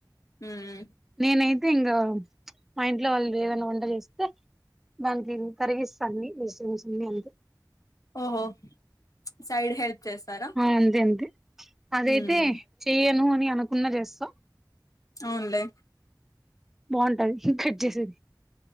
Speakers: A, on the left (about 50°); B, in the centre.
A: ఉమ్
B: నేనైతే ఇంగా మా ఇంట్లో వాళ్ళు ఏదైనా వంట చేస్తే దానికి తరిగిస్తాన్ని వెజిటబుల్స్ అన్ని అంతే
A: ఓహో, సైడ్ హెల్ప్ చేస్తారా
B: అంతే అంతే అదైతే
A: ఉమ్
B: చెయ్యను అని అనుకున్నా చేస్తా
A: అవునులే
B: బావుంటది ఈ కట్ చేసేది